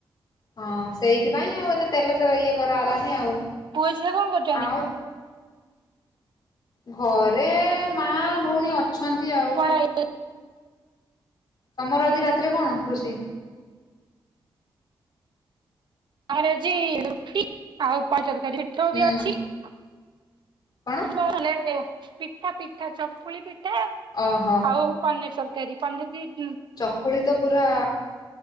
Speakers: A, on the left; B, on the right.
A: ହଁ ସେଇଥିପାଇଁ ଆଉ ଏତେ ତେଲ ଇଏ କରାହଲାନି ଆଉ।
B: ପୁଅ ଝିଅ କଁ କରୁଛନ୍ତି?
A: ଆଉ ଘରେ ମା ଭଉଣୀ ଅଛନ୍ତି ଆଉ।
B: କଣ ଏ
A: ତମର ଆଜି ରାତିରେ କଣ ରୋଷୋଇ?
B: ଆମର ଆଜି ରୁଟି ଆଉ <unintelligible> ତରକାରୀ ପିଠଉ
A: ହୁଁ
B: ବି ଅଛି, <unintelligible>
A: କଣ
B: ତାହେଲେ ପିଠା ପିଠା ଚକୁଳି ପିଠା
A: ଅହ।
B: ଆଉ ପନିର ତରକାରୀ ପନିର କି
A: ଚକୁଳି ତ ପୁରା